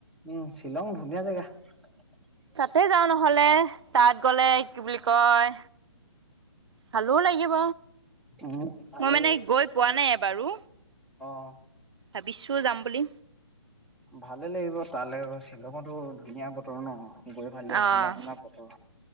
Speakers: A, in the centre; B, on the right.
A: উম শ্বিলং ধুনীয়া জেগা <inaudible>
B: তে যা ন হলে তাত গ'লে, কি বুলি কয় ভালো লাগিব।
A: উ ভাল
B: মই মানে
A: লাগে।
B: গৈ পোৱা নাই এবাৰো
A: অ'।
B: ভাবিছো যাম বুলি।
A: ভালে লাগিব তালৈ শ্বিলঙতো ধুনীয়া বতৰ ন'। গৈ ভাল লাগিব
B: অ'
A: ঠাণ্ডা ঠাণ্ডা বতৰ।